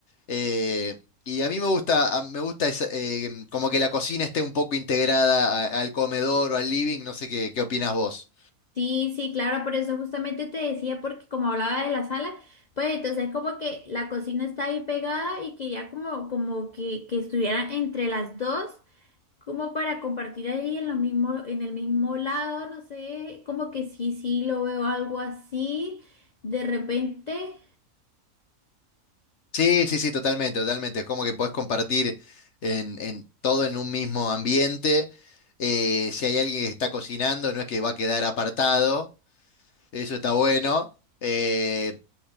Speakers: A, on the left (about 60°); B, on the left (about 85°).
A: Eh, y a mí me gusta, a- me gusta esa- eh, como que la cocina esté un poco integrada a- al comedor o al living, no sé qué, qué opinas vos.
B: Sí, sí, claro, por eso justamente te decía, porque como hablaba de la sala, pues entonces como que la cocina está ahí pegada y que ya como, como que, que estuviera entre las dos, como para compartir ahí en lo mismo, en el mismo lado, no sé, como que sí, sí, lo veo algo así de repente.
A: Sí, sí, sí, totalmente, totalmente. Es como que podés compartir en, en todo en un mismo ambiente. Eh, si hay alguien que está cocinando, no es que va a quedar apartado. Eso está bueno. Eh,